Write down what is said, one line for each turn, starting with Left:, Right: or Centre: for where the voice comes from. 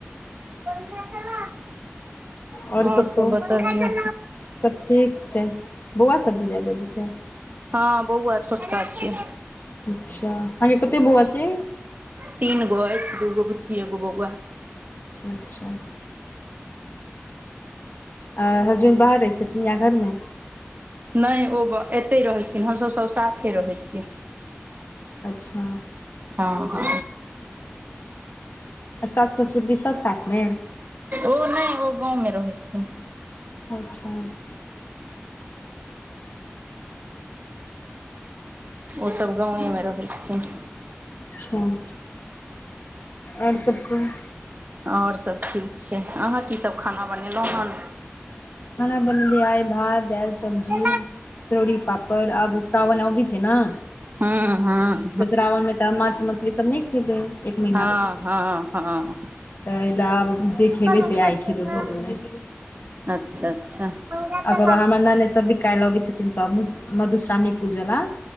Right: पंखा चला नऽ।
Left: आओर
Right: और सब
Left: कहू
Right: बताबियो।
Left: सब ठीक छै बौआ सब बुझाए बाजै छै।
Right: हँ बौआ छोटका छियै।
Left: अच्छा! अहाँ के कतेक बौआ छै।
Right: तीन गो अइछ, दूगो बुच्ची एगो बौआ।
Left: अच्छा! आ हसबैंड बाहर रहै छथिन या घर मे?
Right: नै ओ एतै रहै छथिन, हमसभ सभ साथे रहै छियै।
Left: अच्छा।
Right: हँ हँ।
Left: आ सास ससुर भी सभ साथ मे?
Right: ओ नहि ओ गाँव मे रहैत छथिन।
Left: अच्छा।
Right: ओ सभ गांव मे रहै छथिन।
Left: हुं, और सब कहु।
Right: और सभ ठीक छै अहाँ की सभ खाना बनेलहुँ हन।
Left: खाना बनेलिऐ आइ भात दैल। सब्जी
Right: हँ
Left: चरौड़ी पापड़ आब स्राव आबै छै न।
Right: ह ह।
Left: तऽ श्रावन मे तऽ माछ मछली तब नहि खेबै, एक महीना।
Right: हँ
Left: तऽ
Right: हँ हँ
Left: एहि ले आब जे खेबै
Right: पंखा
Left: से आइ
Right: चला
Left: खेबै भऽ गेलै।
Right: अच्छा अच्छा। पंखा
Left: ओकर
Right: चला
Left: बाद हमर ननैद सब भी काइल अबै छथिन सब मधुश्रावणी पूजा ले।